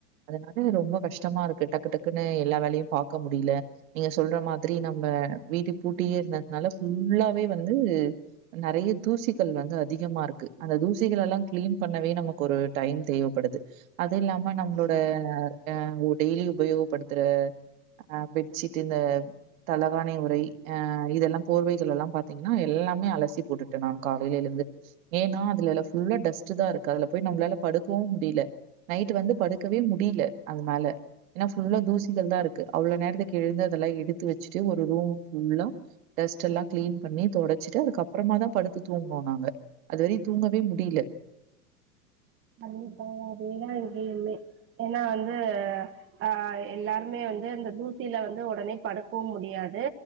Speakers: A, on the right; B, on the right.
A: அதனால ரொம்ப கஷ்டமாருக்கு டக்கு டக்குன்னு எல்லா வேலையு பாக்க முடியல நீங்க சொல்ற மாதிரி நம்ம வீட்ட பூட்டியே இருந்ததுனால ஃபுல்லாவே வந்து நறைய தூசிகள் வந்து அதிகமா இருக்கு அந்த தூசிகள் எல்லா கிளீன் பண்ணவே நமக்கு ஒரு டைம் தேவைப்படுது அது இல்லாம நம்மளோட அ டெய்லி உபயோகப்படுத்துற அ பெட்ஷீட் இந்த தளவானை உறை அ இதெல்லா போர்வை சொல்லலா பாத்தீங்கன்னா எல்லாமே அலசி போட்டுட்டே நா காலையில எழுந்து ஏன்னா அதுல ஃபுல்லா டஸ்ட் தா இருக்கு அதுல போய் நம்மளால படுக்கவு முடியல நைட் வந்து படுக்கவே முடியல அது மேல ஏன்னா ஃபுல்லா தூசிகள் தா இருக்கு அவ்ளோ நேரத்துக்கு எழுந்து அதெல்லா எடுத்து வச்சுட்டு ஒரு ரூம்ஃபுல்லா டஸ்ட் எல்லா கிளீன் பண்ணி தொடச்சிட்டு அதுக்கப்பறமா தா படுத்து தூங்குவோ நாங்க அதுவரையு தூங்கவே முடியல
B: அப்பப்பா அதடியேதா இரு கேமே <unintelligible> ஏன்னா வந்து ஆ எல்லாருமே வந்து அந்த தூசில வந்து உடனே படுக்கவு முடியாது